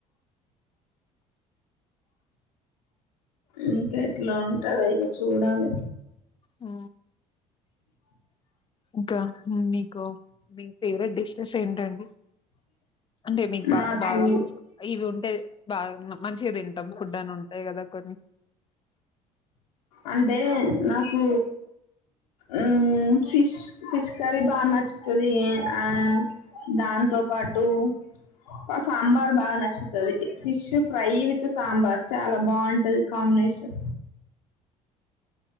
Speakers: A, on the left (about 75°); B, on the left (about 25°).
A: ఇంకెట్ల ట్టదైగాచూడాలి
B: ఆ ఇంకా మీకు మీ ఫేవరెట్ డిషెస్ ఏంటండి అండి మీకు బా
A: నాకు
B: బాగా ఇవి ఉంటే బాగా మంచిగా తింటాం ఫుడ్ అని ఉంటాయి కదా కొన్ని
A: అంటే నాకు ఊ ఫిష్ ఫిష్ కర్రీ బాగా నచ్చుతది ఆ దాంతో పాటు ఒక సాంబార్ బాగా నచ్చుతది ఫిష్ ఫ్రై విత్ సాంబార్ చాలా బాగుంటది కాంబినేషన్